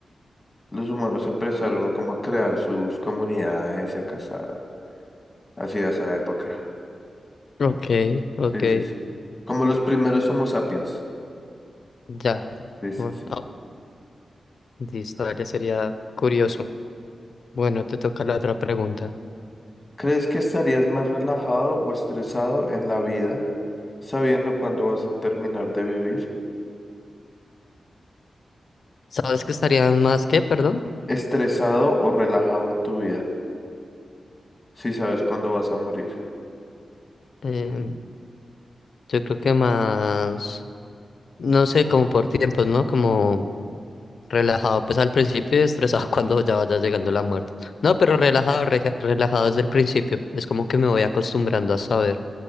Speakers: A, on the left (about 25°); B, on the left (about 65°).
A: los humanos empezaron a como a crear sus comunidades y a cazar, así esa época,
B: Ok, ok,
A: sí, sí, sí, como los primeros Homo sapiens,
B: ya,
A: sí, sí,
B: bueno,
A: sí.
B: no, listo, a sería curioso. Bueno, te toca la otra pregunta.
A: ¿Crees que estarías más relajado o estresado en la vida, sabiendo cuándo vas a terminar de vivir?
B: ¿Sabes que estarían más qué perdón?
A: ¿Estresado o relajado en tu vida? si sabes cuándo vas a morir.
B: Eh, Yo creo que más, no sé, como por tiempos, ¿no? Como relajado, pues al principio y estresado <laughs> cuando ya vaya llegando la muerte. No, pero relajado, reja- relajado desde el principio. Es como que me voy acostumbrando a saber